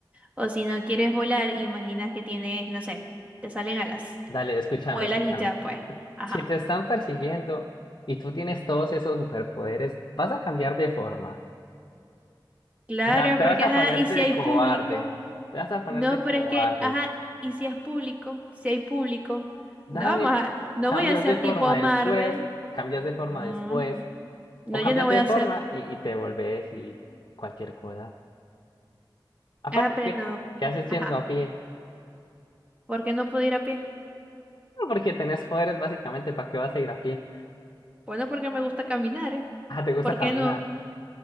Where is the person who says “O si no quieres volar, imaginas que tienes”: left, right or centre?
Right